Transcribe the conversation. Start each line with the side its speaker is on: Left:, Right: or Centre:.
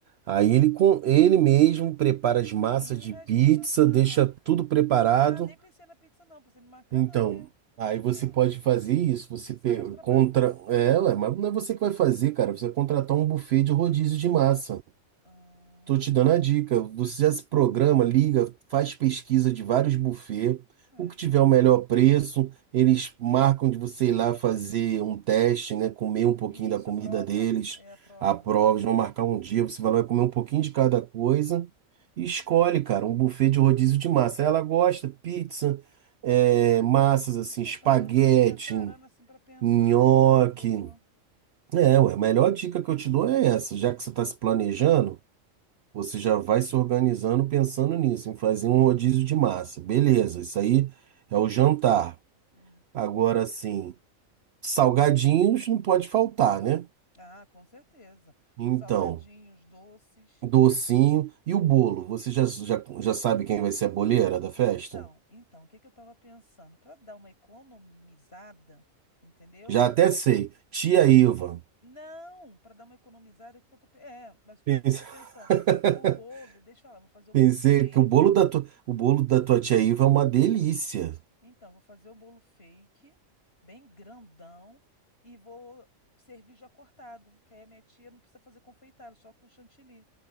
Right: Aí ele, com, ele mesmo prepara
Left: Cozinha.
Right: as massas de
Left: É
Right: pizza,
Left: isso que eu tô pensando,
Right: deixa
Left: é.
Right: tudo preparado.
Left: Ah, nem pensei na pizza, não. Pensei no macarrão,
Right: Então,
Left: né?
Right: aí você
Left: Ah,
Right: pode fazer isso, você
Left: pizza
Right: pe-
Left: dá mais trabalho.
Right: contra ela, mas não é você que vai fazer, cara, você vai contratar um buffet de rodízio de massa.
Left: Ahn,
Right: Tô te dando a dica. Você já se programa, liga, faz pesquisa de vários buffets.
Left: É,
Right: O que
Left: talvez.
Right: tiver o melhor preço, eles marcam de você ir lá fazer um teste, né? Comer um pouquinho
Left: E
Right: da
Left: isso,
Right: comida
Left: a prova.
Right: deles,
Left: É a prova.
Right: a prova, eles vão marcar um dia, você vai lá comer um pouquinho de cada coisa e escolhe, cara, um buffet de rodízio de massa. Ela gosta pizza, é, massas assim,
Left: É,
Right: espaguete,
Left: parando para parando assim para pensar,
Right: nhoque.
Left: até que é uma boa.
Right: É, ué, a melhor dica que eu te dou é essa, já que você está se planejando. Você já vai se organizando pensando nisso, em fazer um rodízio de massa. Beleza, isso aí é o jantar.
Left: Hum.
Right: Agora sim, salgadinhos não pode faltar, né?
Left: Ah, com certeza.
Right: Então,
Left: Salgadinhos, doces.
Right: docinho e o bolo. Você já, já, já sabe quem vai ser a boleira da festa?
Left: Então, então, o que que eu estava pensando? Para dar uma economizada, entendeu?
Right: Já até sei. Tia
Left: N-
Right: Iva.
Left: não, para dar uma economizada, é o que que eu tô, pe- é, mas o que,
Right: Pense-
Left: eu- que eu tô pensando?
Right: <laughs>
Left: O bolo, deixa eu falar, vou fazer o
Right: Pensei
Left: bolo fake.
Right: que o bolo da tua, o bolo da tua tia Iva é uma delícia.
Left: Então, vou fazer o bolo fake, bem grandão, e vou servir já cortado, que aí a minha tia não precisa fazer confeitado, só com chantilly,